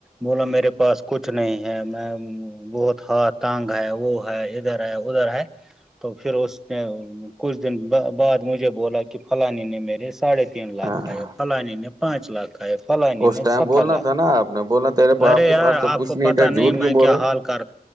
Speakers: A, in the centre; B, on the right.
A: بولا میرے پاس کچھ نہیں ہے میں بہت ہاتھ ٹانگ ہے وہ ہے ادھر ہے ادھر ہے تو پھر اس نے کچھ دن بعد مجھے بولا کہ فلانی نے میرے ساڑھے تین لاکھ
B: ہاں
A: کھایا فلانی نے پانچ لاکھ ہے پ نہیں
B: اس
A: نہیں
B: ٹائم
A: ستر
B: بولنا
A: لاکھ
B: تھا نا آپ نے بولنا تیرے
A: ارے
B: آپ کے
A: یار
B: پاس
A: آپ
B: تو کچھ
A: کو پتا
B: تھا
A: نہیں
B: جھوٹ کیوں
A: میں
B: بول
A: کیا
B: رہے ہو.
A: حال کر